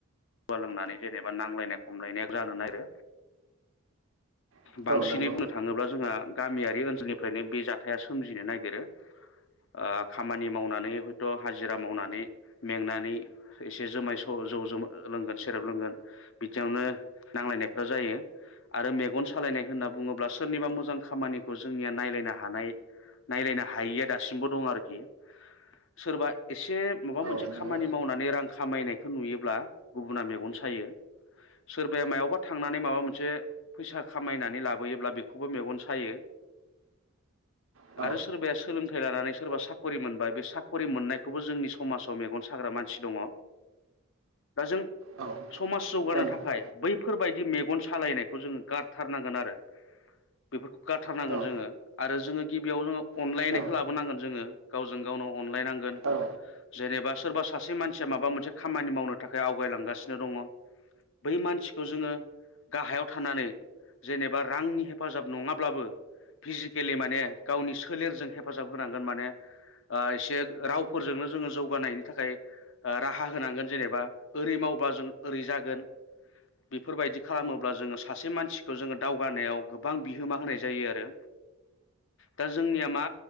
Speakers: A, on the left; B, on the right.
A: जौवा लोंनानै जेनेबा नांलायनाय खमलायनाया जानो नारो।
B: औ
A: बांसिनै
B: नंगौ
A: बुंनो थाङोब्ला जोंहा गामियारि ओनसोलनिफ्रायनो बे जाथाया सोमजिनो नागिरो ओ खामानि मावनानै हयथ' हाजिरा मावनानै मेंनानै एसे जोमाय सज' जौ लोंगोन सेरेब लोंगोन बिदियावनो नांलायनायफ्रा जायो आरो मेगन सालायनाय होनना बुङोब्ला सोरनिबा
B: औ
A: मोजां खामानिखौ जोंनिया नायलायनो हानाय नायलायनो हायिया दासिमबो दं आरोखि सोरबा एसे माबा मोनसे
B: औ नंगौ
A: खामानि मावनानै रां खामायनायखौ नुयोब्ला गुबुना मेगन सायो सोरबाया मायावबा थांनानै माबा मोनसे फैसा खामायनानै लाबोयोब्ला बेखौबो मेगन सायो
B: औ
A: आरो सोरबाया सोलोंथाइ लानानै सोरबा साख'रि मोनबाया बे साखरि मोननायखौबो जोंनि समाजाव मेगन साग्रा मानसि दङ। दा जों
B: औ
A: समाज जौगानो
B: नंगौ
A: थाखाय बैफोरबायदि मेगन सालायनायखौ जोङो गारथारनांगोन आरो बेफोरखौ गारथारनांगोन
B: औ
A: जोङो आरो जोङो गिबियाव जोङो अनलायनायखौ
B: औ औ
A: लाबोनांगोन जोङो गावजों गावनो अनलायनांगोन
B: औ औ
A: जेनेबा सोरबा सासे मानसिया माबा मोनसे खामानि मावनो थाखाय आवगायलांगासिनो दङ बै मानसिखौ जोङो गाहायाव थानानै जेनेबा रांनि हेफाजाब नङाब्लाबो फिजिकेलि माने गावनि सोलेरजों हेफाजाब होनांगोन माने एसे रावफोरजोंनो जोङो जौगानायनि थाखाय ओ राहा होनांगोन जेनेबा ओरै मावबा जों ओरै जागोन बेफोरबायदि खालामोब्ला जोङो सासे मानसि खौ जोङो दावगानायाव गोबां बिहोमा होनाय जायो आरो दा जोंनिया मा